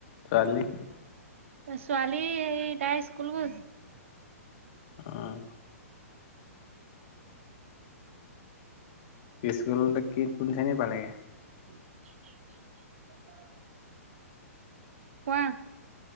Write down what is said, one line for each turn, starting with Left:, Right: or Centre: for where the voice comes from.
Left: ছোৱালি।
Right: ছোৱালী সেই তাই স্কুল গ'ল!
Left: উম পিছতে কি কোনখিনী পালেগে
Right: <inaudible> কোৱা